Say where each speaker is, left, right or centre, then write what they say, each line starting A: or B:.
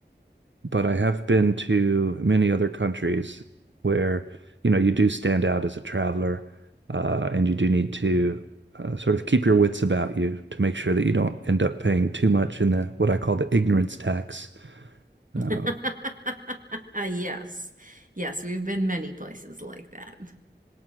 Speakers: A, on the right; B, on the right.
A: but I have been to many other countries where, you know, you do stand out as a traveler, uh, and you do need to uh, sort of keep your wits about you to make sure that you don't end up paying too much in the what I call the ignorance tax.
B: <laughs>
A: Um,
B: Yes. Yes, we've been many places like that.